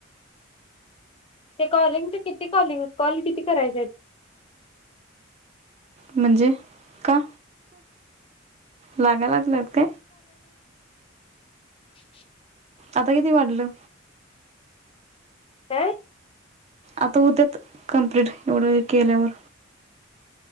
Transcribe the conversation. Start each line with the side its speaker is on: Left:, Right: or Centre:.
Left: ते कॉलिंग ते किती कॉलिंग कॉल किती करायचे आहेत?
Right: म्हणजे का? लागलात काय
Left: शुक शुक
Right: आता किती वाजलं?
Left: काय?
Right: आता होत्यात कंप्लीट एवढ्या वेळ केल्यावर.